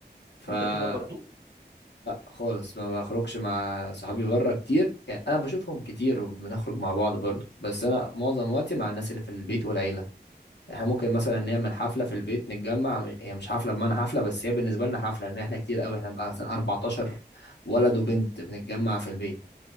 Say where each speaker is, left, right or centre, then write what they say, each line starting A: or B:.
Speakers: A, on the left; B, on the right.
A: فلا
B: أنت كده برضو
A: خالص ما بخرجش مع صحابي بره كتير يعني انا بشوفهم كتير وبنخرج مع بعض برضو بس انا معظم وقتي مع الناس اللي في البيت والعيلة احنا ممكن مثلا نعمل حفله في البيت نتجمع مش- هي مش حفله بمعنى حفله بس هي بالنسبه لنا حفله لان احنا كتير قوي احنا بقى مثلا 14 ولد وبنت بنتجمع في البيت